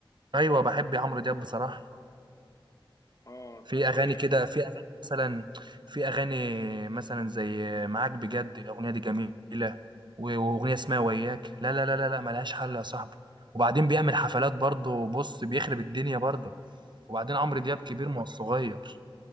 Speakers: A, on the right; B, on the left.
A: ايوه بحب عمرو دياب بصراحه
B: اه
A: في
B: طب
A: اغاني كده في اغاني مثلا في اغاني مثلا زي معاك بجد الاغنيه دي جميله و- واغنيه اسمها وياك لا لا لا لا لا ملهاش حل يا صاحبي وبعدين بيعمل حفلات برضه بص بيخرب الدنيا برضه وبعدين عمرو
B: امم
A: دياب كبير ما هو صغير